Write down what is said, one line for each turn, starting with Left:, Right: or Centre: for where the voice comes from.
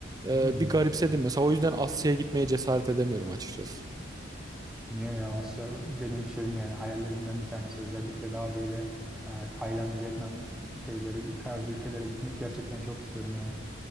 Right: e,
Centre: hmm,
Right: bir garipsedim. Mesela o yüzden Asya'ya gitmeye cesaret edemiyorum açıkçası.
Centre: Niye ya Asya benim şeyim yani hayallerimden bir tanesi. Özellikle daha böyle e, Tayland, Vietnam şeyleri tarzı ülkelere gitmek gerçekten çok istiyorum yani.